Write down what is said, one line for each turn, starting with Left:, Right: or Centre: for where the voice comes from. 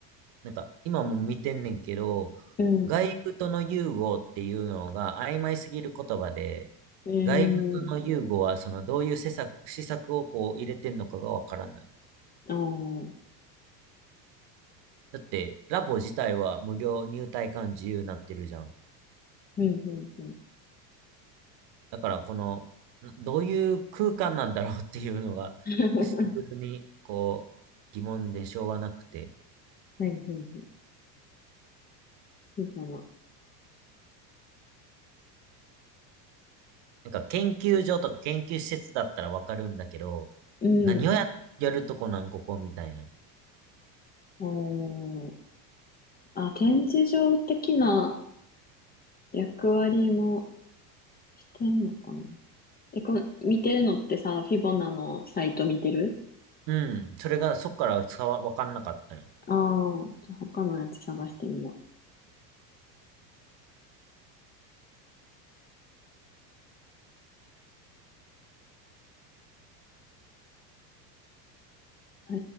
Right: なんか今も見てんねんけど、
Left: うん。
Right: 外部との融合っていうのが曖昧すぎる言葉で、
Left: えー、
Right: 外部との融合は、その、どういう施策、施策をこう入れてんのかがわからない。
Left: ああ、うん、
Right: だって、ラボ自体は無料、入退館自由になってるじゃん。
Left: うん、うん。
Right: だから、この、などういう空間なんだろうっていうのが、
Left: <laughs>
Right: シンプルに、こう、疑問でしょうがなくて。
Left: はい、はい、はい。フィボナ。
Right: なんか、研究所とか研究施設だったらわかるんだけど、
Left: うん。
Right: 何をや、やるとこなん、ここみたいな。
Left: おー。あ、展示場的な役割もしてんのかな。え、この、見てるのってさ、フィボナのサイト見てる
Right: うん。それが、そっから伝わ、わかんなかったよ。
Left: ああー、じゃあ他のやつ探してみよう。え